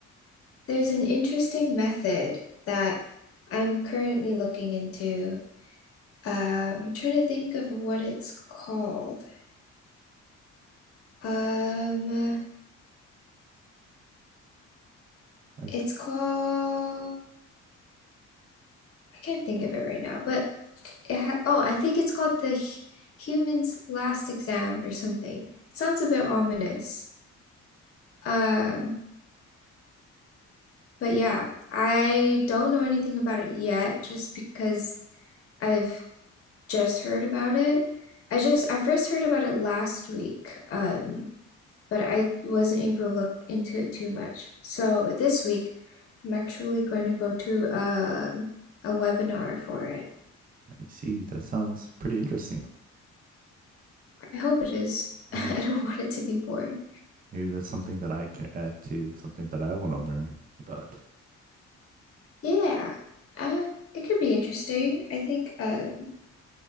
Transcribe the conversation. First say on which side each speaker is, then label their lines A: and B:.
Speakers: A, on the left (about 50°); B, on the right (about 30°).
A: there's an interesting method that I'm currently looking into. Um, I'm trying to think of what it's called. Um,
B: I,
A: It's called, I can't think of it right now, but it ha oh, I think it's called the Hu- Human's Last Exam or something. Sounds a bit ominous. Um, but yeah, I don't know anything about it yet just because I've just heard about it. I just I first heard about it last week. Um, but I wasn't able to look into it too much. So this week I'm actually going to go to um a webinar for it.
B: I see. That sounds pretty interesting.
A: I hope it is. <laughs>
B: Maybe
A: I
B: that
A: don't want it to be boring.
B: maybe that's something that I can add to something that I want to learn about.
A: Yeah, uh, it could be interesting. I think uh,